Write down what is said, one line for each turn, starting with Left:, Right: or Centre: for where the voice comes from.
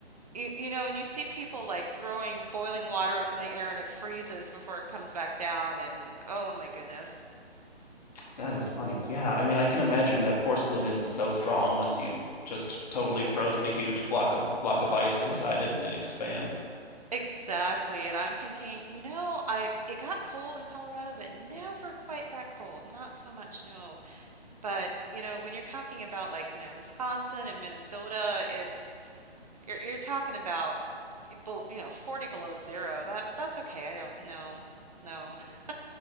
Right: you, you know, and you see people like throwing boiling water up in the air and it freezes before it comes back down. And oh my goodness.
Left: That is funny. Yeah, I mean, I can imagine that porcelain isn't so strong once you've just totally frozen a huge block of block of ice inside it and it expands.
Right: Exactly. And I'm thinking, you know, I it got cold in Colorado, but never quite that cold. Not so much, no. But, you know, when you're talking about like, you know, Wisconsin and Minnesota, it's You're you're talking about bel- you know 40 below zero. That's that's okay. I don't know. No. <laughs>